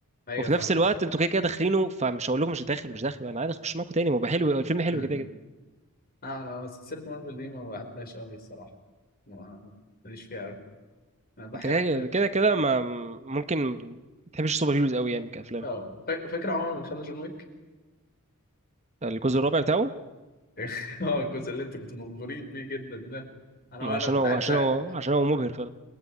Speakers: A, on the left; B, on the right.
A: ايوه
B: وفي
A: فاهم
B: نفس الوقت انتوا كده كده داخلينه فمش هقول لكم مش داخل مش داخل انا عادي اخش معاكم تاني ما هو بقى حلو الفيلم حلو
A: مم.
B: كده كده
A: اه انا سلسلة مارفل دي ما بعدهاش قوي الصراحة ما ماليش فيها قوي انا بحب
B: انت كده كده كده كده ما ممكن ما تحبش السوبر هيروز قوي يعني كافلام
A: اه فا- فاكر عمر اللي خلى جون ويك
B: الجزء الرابع بتاعه
A: <laughs> هو الجزء اللي انت كنت مبهورين بيه جدا ده انا
B: ما
A: وانا
B: عشان
A: كنت
B: هو
A: قاعد
B: عشان
A: زهقان
B: هو عشان هو مبهر فعلا